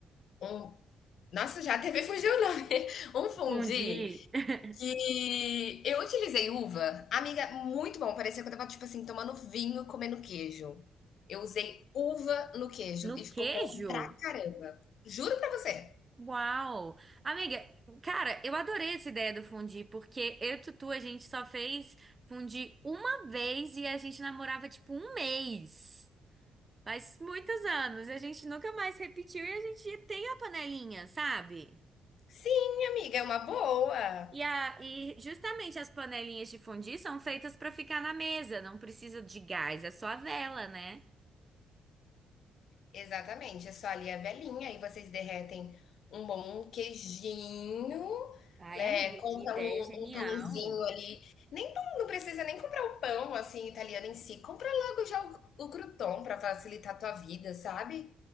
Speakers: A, on the left; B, on the right.
A: um nossa, já até me fugiu o nome, <laughs> um fundi
B: Escondi. <laughs>
A: que eu utilizei uva, amiga, muito bom, parecia que eu estava, tipo assim, tomando vinho, comendo queijo. Eu usei uva no queijo
B: No
A: e ficou
B: queijo?
A: bom pra caramba. Juro pra você.
B: Uau! Amiga, cara, eu adorei essa ideia do fundir, porque eu e Tutu, a gente só fez fundir uma vez e a gente namorava tipo um mês. Faz muitos anos, e a gente nunca mais repetiu e a gente tem a panelinha, sabe?
A: Sim, amiga, é uma boa.
B: E, a, e justamente as panelinhas de fundir são feitas pra ficar na mesa, não precisa de gás, é só a vela, né?
A: Exatamente, é só ali a velhinha, aí vocês derretem um bom um queijinho,
B: Ai,
A: né,
B: amiga,
A: compra
B: que ideia
A: um
B: genial!
A: um pãozinho ali, nem pão, não precisa nem comprar o pão, assim, italiano em si, compra logo já o o croûton pra facilitar a tua vida, sabe.